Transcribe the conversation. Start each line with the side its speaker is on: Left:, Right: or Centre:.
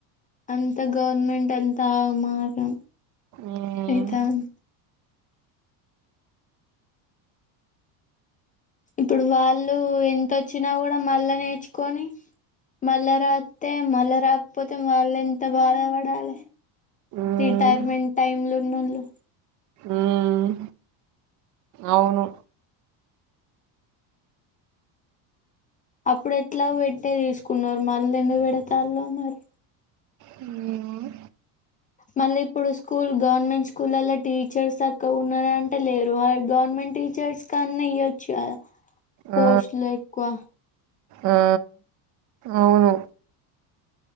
Left: అంత గవర్నమెంట్ అంతా ఆగమాగం.
Right: ఉమ్
Left: అయితాన్ ఇప్పుడు వాళ్ళు ఎంతొచ్చినా కూడా మళ్ళా నేర్చుకొని మళ్ళా రాత్తే. మళ్ళా రాకపోతే వాళ్ళు ఎంత బాధపడాల.
Right: ఉమ్
Left: రిటయర్మెంట్ టైమ్ లో ఉన్నోళ్ళు.
Right: హ్మ్ అవును
Left: అప్పుడు ఎట్లా పెట్టే తీసుకున్నారు మళ్ళ ఎందు పెడతాలో మరి
Right: హ్మ్
Left: మళ్ళీ ఇప్పుడు స్కూల్ గవర్నమెంట్ స్కూల్లల్లో టీచర్స్ సక్కగా ఉన్నంటే లేరు గవర్నమెంట్ టీచర్స్ కన్నా ఇయ్యొచ్చు కదా పోస్ట్లు
Right: ఆ
Left: ఎక్కువ
Right: ఆ అవును